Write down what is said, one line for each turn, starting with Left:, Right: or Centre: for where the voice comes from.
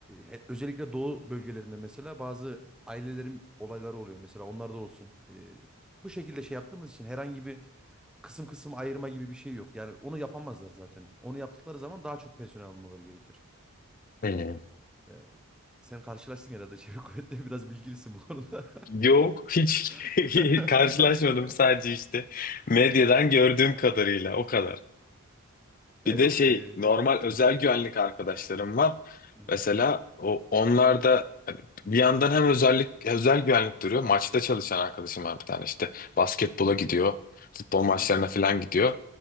Centre: he- özellikle doğu bölgelerinde mesela bazı ailelerin olayları oluyor. Mesela onlarda olsun. Ee, bu şekilde şey yaptığımız için herhangi bir kısım kısım ayırma gibi bir şey yok. Yani onu yapamazlar zaten. Onu yaptıkları zaman daha çok personel almaları gerekir.
Left: Hmm.
Centre: Ee, sen karşılaştın herhalde çevik <laughs> kuvvetleri biraz bilgilisin bu konuda.
Left: Yok hiç
Centre: <laughs>
Left: <laughs> karşılaşmadım sadece işte medyadan gördüğüm kadarıyla o kadar. Bir
Centre: Ya yok.
Left: de şey
Centre: ee,
Left: normal özel
Centre: evet.
Left: güvenlik arkadaşlarım var.
Centre: Hı hı.
Left: Mesela o onlar da hani bir yandan hem özellik özel güvenlik duruyor. Maçta çalışan arkadaşım var bir tane işte basketbola gidiyor, futbol
Centre: Hı
Left: maçlarına
Centre: hı.
Left: falan gidiyor.